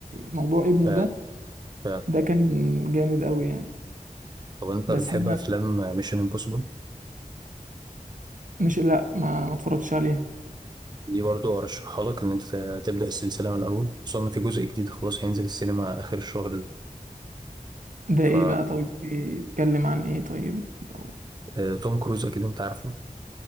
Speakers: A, on the right; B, on the right.
A: موضوع ابنه
B: فعلا
A: ده
B: فعلا
A: ده كان جامد قوي يعني
B: طب أنت
A: بس
B: بتحب
A: انا
B: أفلام ميشن امبوسيبل
A: مش لا ما ما اتفرجتش عليها
B: دي برضو أرشحها لك إن أنت ت- تبدأ السلسلة من الأول خصوصا إن في جزء جديد خلاص هينزل السينما آخر الشهر ده
A: ده
B: ف
A: ايه بقى طيب بيتكلم عن ايه طيب أو-
B: آه، توم كروز أكيد أنت عارفه